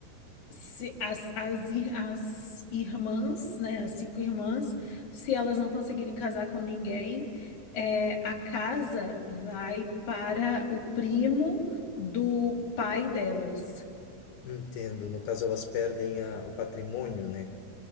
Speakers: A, on the left; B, on the left.
A: se as, as, ir- as irmãs, né, as cinco irmãs, se elas não conseguirem casar com ninguém, é, a casa vai para o primo do pai delas.
B: Entendo. No caso, elas perdem a- o patrimônio, né?